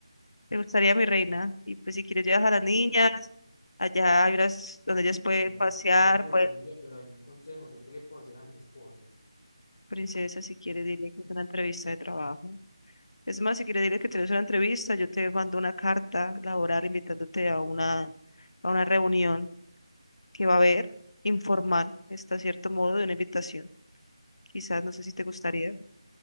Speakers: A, on the left; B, on the left.
A: me gustaría mi reina. Y pues si quieres llevas a las niñas,
B: me encantaría.
A: allá hay unas donde ellas
B: Pero
A: pueden
B: no,
A: pasear,
B: Emilio,
A: pues
B: Emilio, pero denme un consejo, ¿yo qué le puedo decir a mi esposo?
A: princesa, si quieres dile que es una entrevista de trabajo. Es más, si quieres dile que tienes una entrevista, yo te mando una carta laboral invitándote a una, a una reunión que va a haber informal, está cierto modo de una invitación. quizás, no sé si te gustaría.